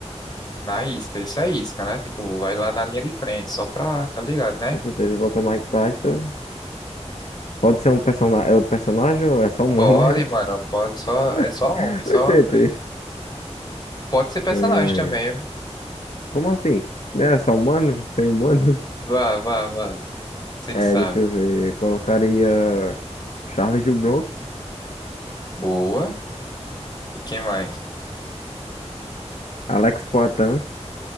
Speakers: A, on the left; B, on the left.
A: Na isca, isso é isca, né? Tipo, vai lá na linha de frente, só pra, tá ligado, né?
B: Com certeza, bota Mike Tyson. Pode ser um personagem. É outro personagem ou é só humano,
A: Pode,
B: né?
A: mano, pode só. É
B: <laughs>
A: só homem, só
B: Ô, Gente.
A: três. Pode ser personagem
B: É...
A: também.
B: Como assim? Não era só humano? Sem humanos?
A: Vá, vá, vá. Você
B: É,
A: que sabe.
B: deixa eu ver. Colocaria Charles do Bronx,
A: Boa. E quem mais?
B: Alex Poitin.